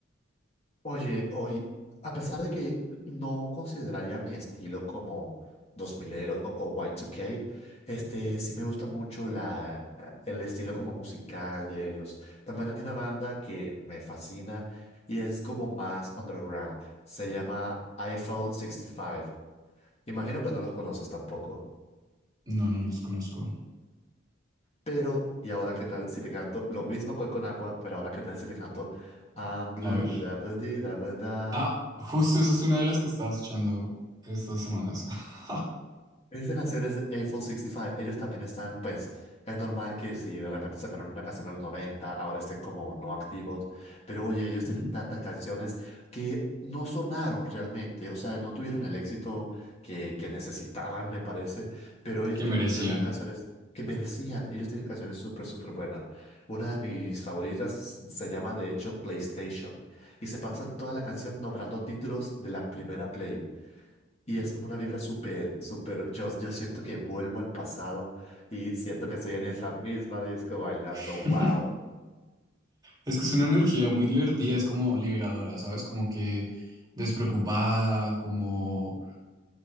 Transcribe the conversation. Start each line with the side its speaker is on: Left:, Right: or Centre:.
Left: Oye, hoy, a pesar de que no consideraría mi estilo como dos milero o Y2K, este, sí me gusta mucho la, el estilo como musical de ellos. También hay una banda que me fascina y es como más underground. Se llama Eiffel 65. Imagino que no los conoces tampoco.
Right: No, no los conozco.
Left: Pero, ¿y ahora qué tal si te canto lo mismo que con Aqua, pero ahora qué tal si te canto I'm blue,
Right: A ver.
Left: da ba dee, da ba da
Right: Ah, justo esa es una de las que estaba escuchando estas semanas. <laughs>
Left: Esta canción es de Eiffel 65. Ellos también están, pues, es normal que si de repente sacaron una canción en los 90, ahora estén como no activos. Pero oye, ellos
Right: Ujú.
Left: tienen tantas canciones que no sonaron realmente. O sea, no tuvieron el éxito que, que necesitaban, me parece. Pero ellos
Right: Que
Left: tienen,
Right: merecían.
Left: tienen canciones que merecían. Ellos tienen canciones súper, súper buenas. Una de mis favoritas se llama, de hecho, PlayStation. Y se pasan toda la canción nombrando títulos de la primera Play. Y es como una vibra súper, súper, yo, yo siento que vuelvo al pasado y siento que estoy en esa misma disco bailando,
Right: <laughs>
Left: wow.
Right: Es que es una energía muy divertida, es como liberadora, ¿sabes? Como que despreocupada, como,